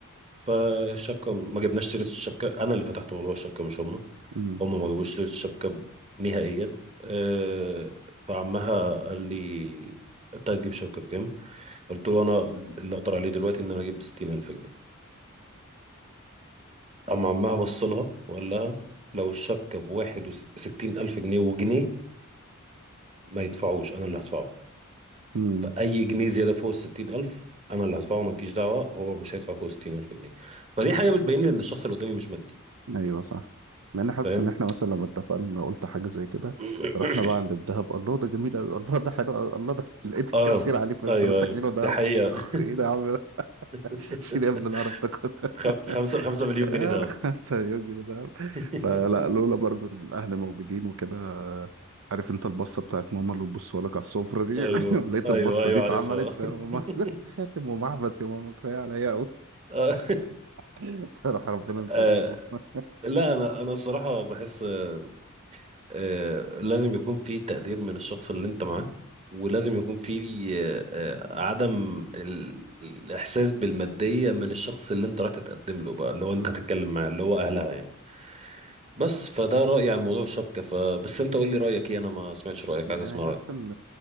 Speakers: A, on the right; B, on the right.
A: فالشبكة ما جبناش سيرة الشبكة أنا اللي فتحت موضوع الشبكة مش هما
B: امم
A: هما ما جابوش سيرة الشبكة نهائيا أه فعمها قال لي أنت هتجيب شبكة بكام؟ قلت له أنا اللي أقدر عليه دلوقتي إن أنا أجيب بستين ألف جنيه أما عمها بص لها وقال لها لو الشبكة بواحد وستين ألف جنيه وجنيه ما يدفعوش أنا اللي هدفعه
B: امم
A: فأي جنيه زيادة فوق الستين ألف أنا اللي هدفعه مالكيش دعوة هو مش هيدفع فوق ستين ألف جنيه فدي حاجة بتبين لي إن الشخص اللي قدامي مش مادي
B: ايوه صح مع اني حاسس
A: فاهم؟
B: ان احنا مثلا لما اتفقنا قلت حاجه زي كده
A: <coughs>
B: رحنا بقى عند الدهب الله ده جميل قوي الله ده حلو قوي الله ده <laughs> لقيت الكاشير
A: اه
B: عليه في
A: ايوه
B: 3
A: ايوه
B: كيلو دهب
A: ده حقيقة
B: <laughs> ايه ده يا عم ده
A: <laughs>
B: شيل يا ابن القرف ده كله
A: خم- خمسة
B: <laughs>
A: خمسة مليون
B: آه،
A: جنيه دهب
B: 5 مليون جنيه دهب
A: <laughs>
B: فلا لولا برضو ان الاهل موجودين وكده عارف انت البصه بتاعت ماما اللي بتبصوا لك على السفره دي
A: ايوه
B: <laughs> لقيت
A: ايوه
B: البصه
A: ايوه
B: دي اتعملت
A: عارفها
B: فماما
A: <laughs>
B: <laughs> خاتم ومحبس يا ماما كفايه عليا قوي
A: آه،
B: <laughs> صراحه ربنا ينصرك
A: آه،
B: يا ماما
A: لا انا انا الصراحة بحس آه، آه، لازم يكون في تقدير من الشخص اللي انت معاه ولازم يكون في آه، آه، عدم ال- الاحساس بالمادية من الشخص اللي انت راح تتقدم له بقى اللي هو انت
B: مم.
A: هتتكلم معاه اللي هو اهلها يعني بس فده رأيي عن موضوع الشبكة فبس انت قول لي رأيك ايه انا ما سمعتش رأيك
B: يعني
A: عايز اسمع
B: حاسس
A: رأيك
B: ان